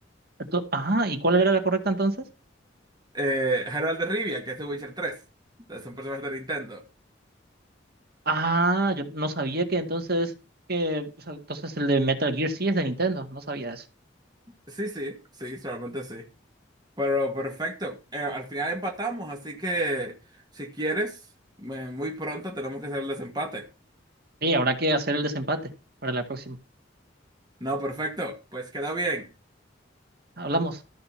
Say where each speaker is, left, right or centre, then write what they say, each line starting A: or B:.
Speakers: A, on the right (about 55°); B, on the right (about 20°).
A: Ento- Ajá, ¿y cuál era la correcta entonces?
B: Eh, Geralt de Rivia, que es de Witcher 3, es un personaje de Nintendo.
A: Ah, yo no sabía que entonces, que, o sea, entonces el de Metal Gear sí es de Nintendo, no sabía eso.
B: Sí, sí, sí, solamente sí. Pero perfecto, Eh, al final empatamos, así que si quieres, me- muy pronto tenemos que hacer el desempate.
A: Sí, habrá que hacer el desempate para la próxima.
B: No, perfecto, pues queda bien.
A: Hablamos.